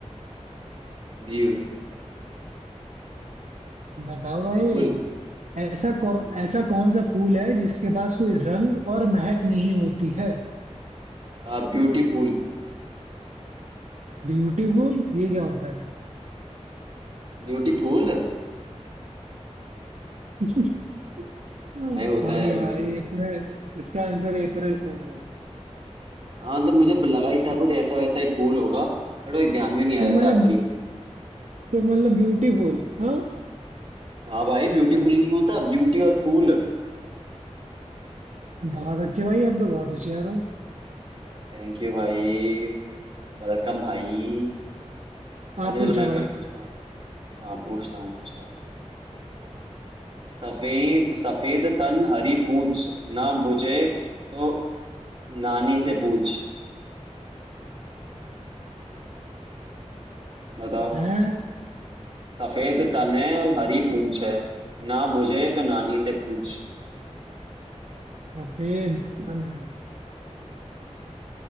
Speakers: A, on the right; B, on the right.
A: ब्यूटीफुल
B: बताओ भाई
A: फूल
B: ऐसा कौ,
A: फूल
B: ऐसा कौन सा फूल है जिसके पास कोई रंग और महक नहीं होती है
A: हाँ ब्यूटीफुल
B: ब्यूटीफुल ये क्या होता है
A: ब्यूटीफुल
B: <laughs> अरे
A: भाई होता है
B: भाई
A: ब्यूटीफुल
B: अप्रैल
A: होता है
B: इसका आंसर अप्रैल फूल है
A: हाँ मतलब मुझे लगा ही था कुछ ऐसा वैसा ही फूल होगा बट वही ध्यान में नहीं आ
B: तो
A: रहा
B: मतलब
A: था अप्रैल फूल
B: तो मतलब ब्यूटीफुल हाँ
A: हाँ भाई ब्यूटीफुल नहीं होता ब्यूटी और फूल
B: बहुत अच्छे भाई आप तो बहुत होशियार हो
A: थैंक यू भाई वेलकम भाई अच्छा
B: आप
A: चलो
B: पूछो
A: मैं
B: भाई
A: कुछ पूछता हूँ हाँ पूछता हूँ पूछता हूँ सफेद सफेद तन हरी पूछ ना बुझे तो नानी से पूछ बताओ
B: हैं
A: सफेद तन है और हरी पूछ है ना बुझे तो नानी से पूछ
B: सफेद कौन है